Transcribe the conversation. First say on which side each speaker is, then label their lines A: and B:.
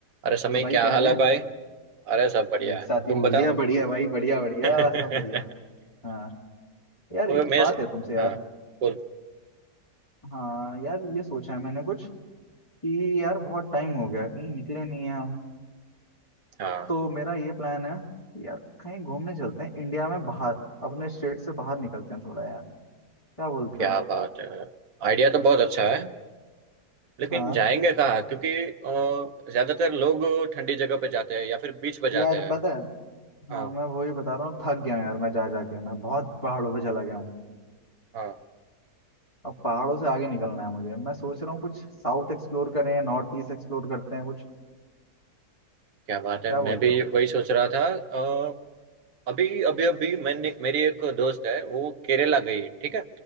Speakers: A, on the right; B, on the left.
A: अरे समय
B: तो भाई
A: क्या
B: क्या हाल
A: हाल
B: है
A: है भाई अरे सब बढ़िया
B: अरे एक
A: है
B: साथ ही
A: तुम
B: बोल
A: बताओ
B: दिया बढ़िया भाई बढ़िया बढ़िया
A: <laughs> तो
B: सब बढ़िया हाँ यार एक
A: मैं
B: बात है तुमसे यार
A: हाँ बोल
B: हाँ यार ये सोचा है मैंने कुछ कि यार बहुत टाइम हो गया कहीं निकले नहीं है हम
A: हाँ
B: तो मेरा ये प्लान है कि यार कहीं घूमने चलते हैं इंडिया में बाहर अपने स्टेट से बाहर निकलते हैं थोड़ा यार क्या बोलते
A: क्या
B: हो
A: बात है आइडिया तो बहुत अच्छा है लेकिन
B: हाँ
A: जाएंगे कहाँ क्योंकि अ, ज्यादातर लोग ठंडी जगह पे जाते हैं या फिर बीच पे जाते
B: यार
A: हैं
B: पता है
A: हाँ
B: हाँ मैं वही बता रहा हूँ थक गया हूँ यार मैं जा जाके मैं बहुत पहाड़ों पे चला गया हूँ
A: हाँ
B: अब पहाड़ों से आगे निकलना है मुझे मैं सोच रहा हूँ कुछ साउथ एक्सप्लोर करें नॉर्थ ईस्ट एक्सप्लोर करते हैं कुछ
A: क्या बात है
B: क्या
A: मैं
B: बोलते
A: भी
B: हो
A: वही सोच रहा था अ, अभी अभी अभी मैंने मेरी एक दोस्त है वो केरला गई ठीक है